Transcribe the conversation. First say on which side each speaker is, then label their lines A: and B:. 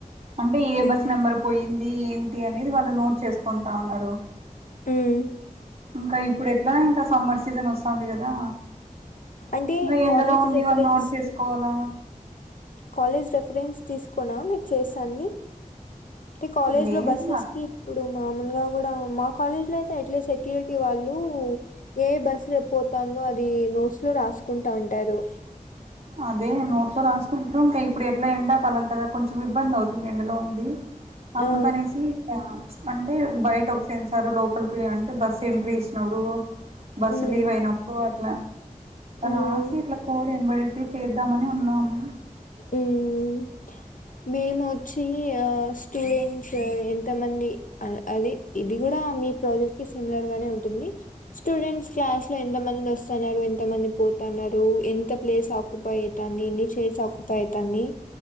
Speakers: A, on the right (about 45°); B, on the left (about 65°).
A: అంటే ఏ బస్
B: ఉమ్
A: నెంబర్ పోయింది ఏంటి అనేది వాళ్ళు నోట్ చేసుకుంటాన్నారు
B: ఉమ్
A: ఇంకా ఇప్పుడు ఎట్లా ఇంక సమ్మర్ సీజన్ వస్తాఉంది కదా
B: అంటే
A: ఇంక ఎండలో
B: కాలేజ్
A: ఉండి
B: రెఫరెన్స్
A: వాళ్లు నోట్ చేసుకోవాల
B: కాలేజ్ రెఫరెన్స్ తీసుకొన మీరు చేస్తాంది మీ కాలేజ్
A: లేదు
B: లో బస్సెస్ కి ఇప్పుడు మామూలుగా కూడా మా కాలేజీ లో అయితే ఎట్ లీస్ట్ సెక్యూరిటీ వాళ్ళు ఏ బస్సు పోతుందో అది నోట్స్ లో రాసుకుంటా ఉంటారు
A: అదే నోట్లో రాసుకుంటారు ఇంకా ఇప్పుడు ఎట్లా ఎండాకాలం కదా కొంచెం ఇబ్బంది అవుతుంది ఎండలో ఉండి అందుకనేసి
B: ఆ
A: ఇక్కడ అంటే బయట ఒక సెన్సార్ లోకల్కి అంటే బస్సు ఎంట్రీ ఇచ్చినప్పుడు బస్
B: ఉమ్
A: లీవ్ అయినప్పుడు అట్ల
B: ఉమ్
A: రాశీట్లా కోడ్ ఎన్ ట్రీ చేద్దామని ఉన్నాము
B: ఉమ్ మేము వచ్చి ఆ స్టూడెంట్స్ ఎంతమంది అది ఇది కూడా మీ ప్రాజెక్ట్ కి సిమిలర్ గానే ఉంటుంది స్టూడెంట్స్ క్లాస్ లో ఎంత మంది వస్తున్నారు ఎంతమంది పోతున్నారు ఎంత ప్లేస్ ఆ క్కుపోయతాన్ని ఇన్ని చేసాకు అవుతుంది